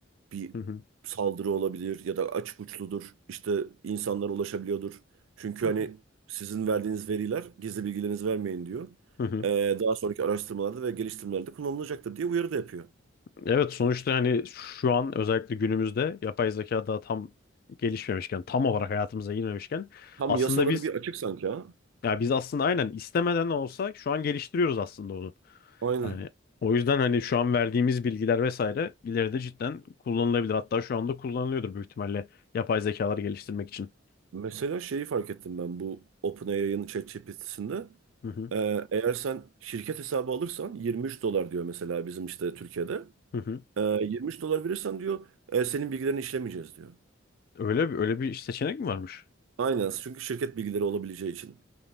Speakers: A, on the right; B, on the left.
A: bir
B: Hı hı,
A: saldırı olabilir ya da açık uçludur işte insanlara ulaşabiliyordur. Çünkü
B: hı
A: hani
B: hı,
A: sizin verdiğiniz veriler gizli bilgilerinizi vermeyin diyor.
B: hı hı.
A: Ee, daha sonraki araştırmalarda ve geliştirmelerde kullanılacaktır diye uyarı da yapıyor.
B: Evet sonuçta hani şu an özellikle günümüzde yapay zeka daha tam gelişmemişken tam olarak hayatımıza girmemişken
A: Tam
B: aslında
A: yasaları
B: biz
A: bir açık sanki ha.
B: Ya biz aslında aynen istemeden de olsa şu an geliştiriyoruz aslında onu.
A: Aynen.
B: Yani o yüzden hani şu an verdiğimiz bilgiler vesaire ileride cidden kullanılabilir. Hatta şu anda kullanılıyordur büyük ihtimalle yapay zekalar geliştirmek için.
A: Mesela şeyi fark ettim ben bu OpenAI'ın ChatGPT'sinde.
B: Hı hı,
A: Ee, eğer sen şirket hesabı alırsan 23 dolar diyor mesela bizim işte Türkiye'de.
B: hı hı.
A: Ee, 23 dolar verirsen diyor "e, senin bilgilerini işlemeyeceğiz diyor.
B: Öyle bir öyle bir seçenek mi varmış?
A: Aynen çünkü şirket bilgileri olabileceği için.